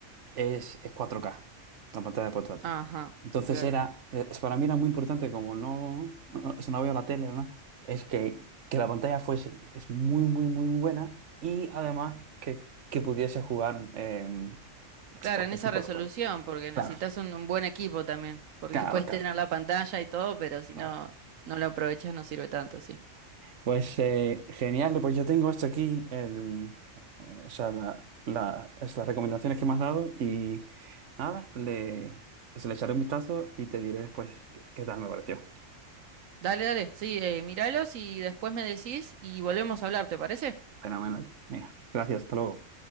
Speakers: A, on the right; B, on the right.
A: es, es cuatro k la pantalla de portátil.
B: Ajá,
A: Entonces
B: claro.
A: era, eh, es- para mí era muy importante, como no, no, eso no veo la tele, ¿no? Es que, que la pantalla fuese, es muy, muy, muy buena y además que, que pudiese jugar eh,
B: Claro,
A: a cualquier
B: en esa
A: tipo
B: resolución,
A: de juego.
B: porque
A: Claro,
B: necesitas un, un buen equipo también, porque
A: claro,
B: <laughs> puedes
A: claro.
B: tener la pantalla y todo, pero si
A: claro.
B: no, no lo aprovechas no sirve tanto, sí.
A: Pues eh, genial, pues ya tengo esto aquí, el, eh, o sea, la- la- es las recomendaciones que me has dado y nada, le, se le echaré un vistazo y te diré después qué qué tal me pareció.
B: Dale, dale, sí, eh, míralos y después me decís y volvemos a hablar, ¿te parece?
A: Fenomenal. Venga, gracias, hasta luego.